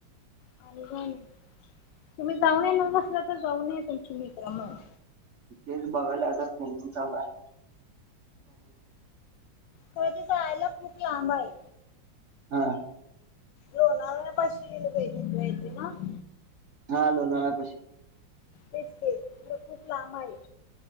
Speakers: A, on the left; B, on the right.
A: आणि जाऊन या तुम्ही जाऊन य बस आसल तर जाऊन य तुमचे मित्र मग
B: तथेच बघायला आताात न सांगा <inaudible>
A: पळ ते जायला खूप लांब आहे
B: हा
A: लोळावन्या पाशीेज येते ना <inaudible>
B: हा लोनवळ्या पशी
A: बिस्कीट पर खूप लांब आहे.